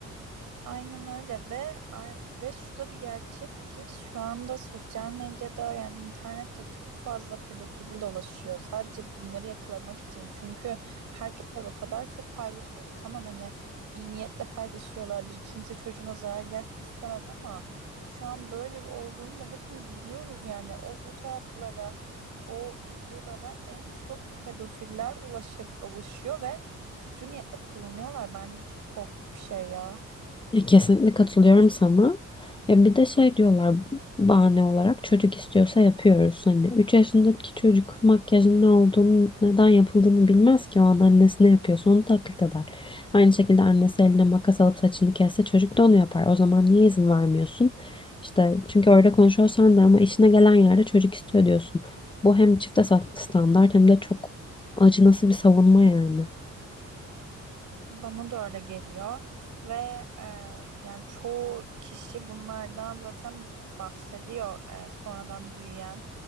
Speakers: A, on the right (about 80°); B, on the left (about 15°).
A: Aynen öyle ve ay- ve şu da bir gerçek ki şu anda sosyal medyada yani internette çok fazla pedofili dolaşıyor. Sadece bunları yakalamak için çünkü herkes o kadar çok paylaşıyor ki tamam hani iyi niyetle paylaşıyorlardır. Kimse çocuğuna zarar gelsin istemez ama şu an böyle bir olduğunu da hepimiz biliyoruz yani o fotoğraflara, o videolara en çok bu pedofiller ulaşıp oluşuyor ve kötü niyetle kullanıyorlar. Bence bu çok korkunç bir şey ya.
B: Ya Kesinlikle katılıyorum sana. Ya bir de şey diyorlar bahane olarak çocuk istiyorsa yapıyoruz. Hani 3 yaşındaki çocuk makyajın ne olduğunu, neden yapıldığını bilmez ki. O an annesi ne yapıyorsa onu taklit eder. Aynı şekilde annesi eline makas alıp saçını kesse çocuk da onu yapar. O zaman niye izin vermiyorsun? İşte çünkü öyle konuşuyorsan da ama işine gelen yerde çocuk istiyor diyorsun. Bu hem çifte sa- standart hem de çok acınası bir savunma yani.
A: Bana da öyle geliyor ve e, yani çoğu kişi bunlardan zaten bahsediyor e, sonradan büyüyen